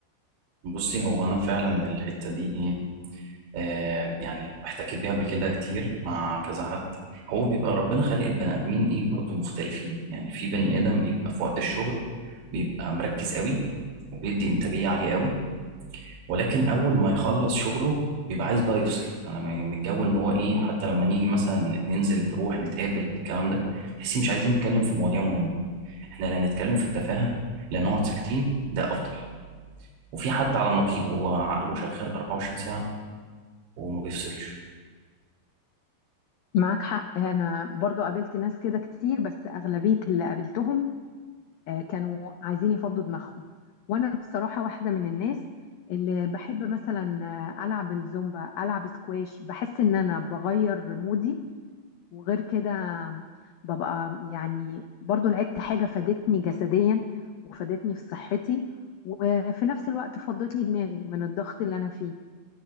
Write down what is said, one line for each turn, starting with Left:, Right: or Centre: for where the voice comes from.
Right: بصي هو انا فعلا الحتة دي ايه آه يعني احتكيت بيها قبل كده كتير مع كذا حد هو بيبقى ربنا خالق البني ادمين ايه برضو مختلفين يعني في بني ادم بيبقى في وقت الشغل بيبقى مركز قوي وبيدي انتاجية عالية قوي ولكن اول ما يخلص شغله بيبقى عايز بقى يفصل انا م- من الجو ان هو ايه حتى لما نيجي مثلا ننزل نروح نتقابل الكلام ده تحسي مش عايزين نتكلم في مواضيع مهمه احنا لا نتكلم في التفاهه لا نقعد ساكتين ده افضل وفي حد على النقيض هو عقله شغال 24 ساعه وما بيفصلش
Left: معاك حق انا برضو قابلت ناس كده كتير بس اغلبية اللي قابلتهم آه، كانوا عايزين يفضوا دماغهم وانا بصراحة واحدة من الناس اللي بحب مثلا آه، العب الزومبا العب سكواش بحس ان انا بغير مودي وغير كده ببقى يعني برضو لعبت حاجة فادتني جسديا وفادتني في صحتي وفي نفس الوقت فضت لي دماغي من الضغط اللي أنا فيه